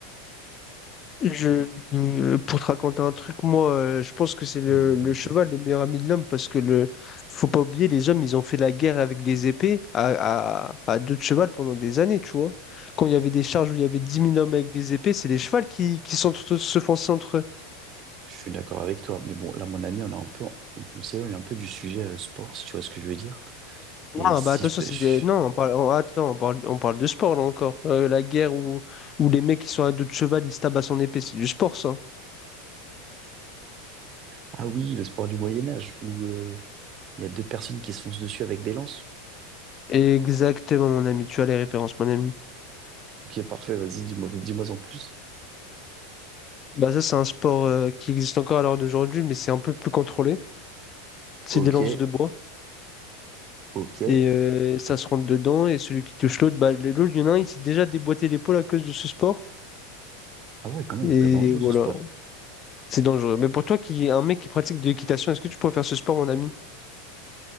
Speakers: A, on the left (about 35°); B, on the right (about 40°).
A: je, euh, pour te raconter un truc, moi, euh, je pense que c'est le,
B: Vas-y,
A: le
B: dis-moi
A: cheval
B: tout.
A: le meilleur ami de l'homme parce que le, faut pas oublier, les hommes, ils ont fait la guerre avec des épées à, à, à deux de cheval pendant des années, tu vois. Quand il y avait des charges où il y avait dix mille hommes avec des épées, c'est les chevals qui, qui s'entre- se fonçaient entre eux.
B: Je suis d'accord avec toi. Mais bon, là, mon ami, on a un peu, on, on s'éloigne un peu du sujet euh, sport, si tu vois ce que je veux dire. Et
A: Ah,
B: si
A: bah attention,
B: je peux.
A: c'est
B: je-
A: des... Non, on parle... on- Attends, on parle... on parle de sport là encore. Euh, la guerre où... où les mecs qui sont à dos de cheval, ils se tapent à son épée, c'est du sport ça.
B: Ah oui, le sport du Moyen-Âge, où Il y a deux personnes qui se foncent dessus avec des lances.
A: Exactement, mon ami, tu as les références, mon ami.
B: Ok, parfait, vas-y, dis-moi, dis-moi en plus.
A: Bah ça, c'est un sport euh, qui existe encore à l'heure d'aujourd'hui, mais c'est un peu plus contrôlé. C'est
B: Ok,
A: des lances de bois
B: ok.
A: et euh, ça se rentre dedans et celui qui touche l'autre, bah le- l'autre, il y en a un, il s'est déjà déboîté l'épaule à cause de ce sport.
B: Ah ouais, quand même,
A: Et
B: très dangereux
A: voilà,
B: ce sport.
A: c'est dangereux. Mais pour toi, qui un mec qui pratique de l'équitation, est-ce que tu pourrais faire ce sport, mon ami?